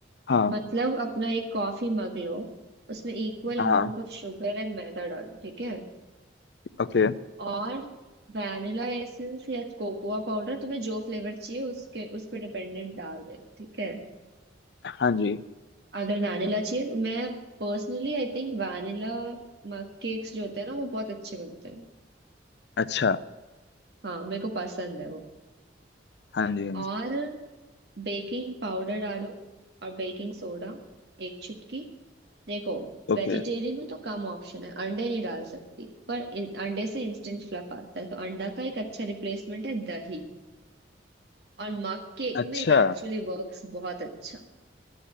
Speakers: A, on the left (about 65°); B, on the right (about 60°).
A: हाँ
B: मतलब अपना एक कॉफी मग लो उसमें equal
A: हाँ
B: amount of sugar and मैदा डालो ठीक है
A: ओके
B: और वैनिला एसेंस या कोकोआ पाउडर तुम्हें जो फ्लेवर चाहिए उसके उस पर डिपेंडेंट डाल देना ठीक है
A: हाँ जी
B: अगर वैनिला चाहिए तो मैं personally I think vanilla mug cakes जो होते हैं ना वो बहुत अच्छे बनते हैं
A: अच्छा
B: हाँ मेरे को पसंद है वो
A: हाँ जी हाँ जी
B: और बेकिंग पाउडर डालो और बेकिंग सोडा एक चुटकी देखो
A: ओके
B: वेजिटेरियन में तो कम ऑप्शन है अंडे नहीं डाल सकती पर इन, अंडे से इंस्टेंट फ्लफ आता है तो अंडा का एक अच्छा रिप्लेसमेंट है दही और मग केक
A: अच्छा
B: में इट एक्चुअली वर्क्स बहुत अच्छा